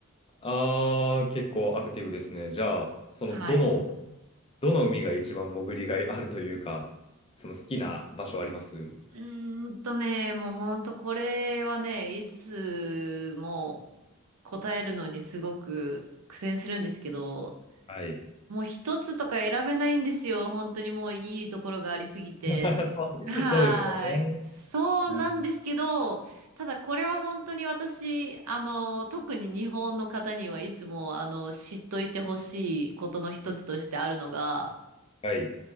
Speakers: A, on the left; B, on the right.
A: あー、結構アクティブですね。じゃあ、その、
B: はい。
A: どの、どの海が一番潜りがいあるというか、その好きな場所あります
B: うーんとね、もうほんとこれはね、いつも答えるのにすごく苦戦するんですけど、
A: はい。
B: もう一つとか選べないんですよ。本当にもういいところがありすぎて。
A: <laughs> そう、
B: はーい。
A: そうですよね。
B: そうなんですけど、
A: うん
B: ただこれは本当に私、あの、特に日本の方にはいつも、あの、知っといてほしいことの一つとしてあるのが、
A: はい。